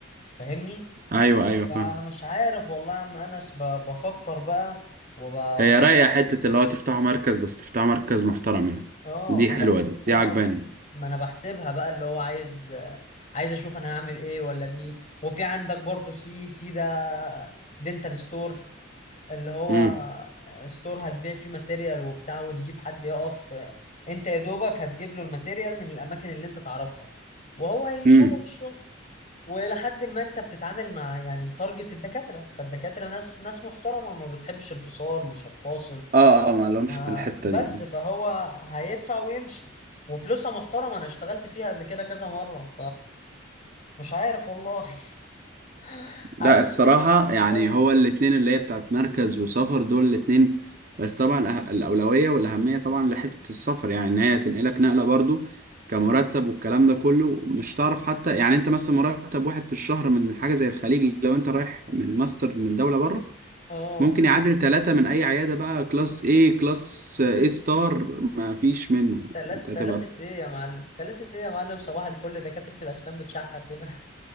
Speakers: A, on the left; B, on the right.
A: فاهمني
B: ايوه ايوه
A: فمش
B: فاهم
A: عارف والله يا عم انس ب- بفكر بقى وبحسب
B: هي رايقة حتة اللي هو تفتحوا مركز بس تفتحوا مركز محترم يعني
A: اه
B: دي
A: وب...
B: حلوة دي
A: اه
B: دي عجباني
A: ما انا بحسبها بقى اللي هو عايز عايز اشوف انا هعمل ايه ولا بيه وفي عندك برضو سي سي ده دينتال ستور اللي هو
B: امم
A: ستور هتبيع فيه ماتيريال وبتاع وتجيب حد يقف آه، انت يا دوبك هتجيب له الماتيريال من الاماكن اللي انت تعرفها وهو يشغل
B: امم.
A: الشغل ولحد ما انت بتتعامل مع يعني متارجت الدكاترة فالدكاترة ناس ناس محترمة ما بتحبش الفصال مش هتفاصل
B: اه اه ما لهمش
A: ما
B: في الحتة
A: بس
B: دي
A: فهو هيدفع ويمشي وفلوسها محترمة انا اشتغلت فيها قبل كده كذا مرة فمش عارف والله <laughs> عارف
B: لا الصراحة يعني
A: اه
B: هو الاتنين اللي هي بتاعت مركز وسفر دول الاتنين بس طبعا الأه- الأولوية والأهمية طبعا لحتة السفر يعني إن هي تنقلك نقلة برضو كمرتب والكلام ده كله مش تعرف حتى يعني أنت مثلا مرتب واحد في الشهر من حاجة زي الخليج لو أنت رايح من ماستر من دولة بره
A: اه
B: ممكن يعادل ثلاثة من أي عيادة بقى كلاس A كلاس A ستار ما فيش منه
A: تلات
B: أنت هتبقى
A: تلاتة ايه يا معلم تلاتة ايه يا معلم صباح الفل دكاترة الأسنان بتشحت هنا